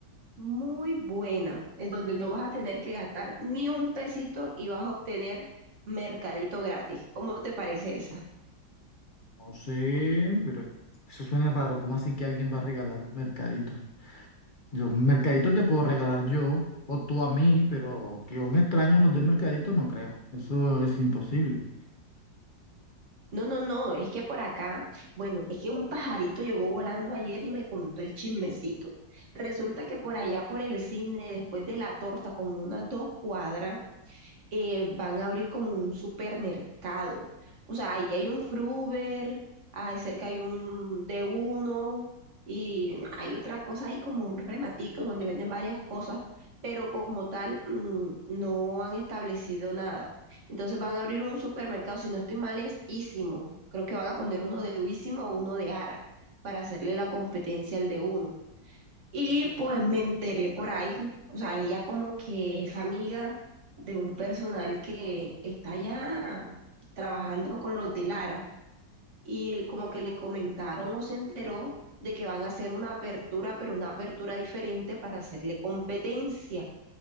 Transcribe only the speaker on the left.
No sé, pero eso suena raro. ¿Cómo así que alguien va a regalar mercaditos? Yo, mercadito te puedo regalar yo o tú a mí, pero que un extraño nos dé mercadito no creo. Eso es imposible.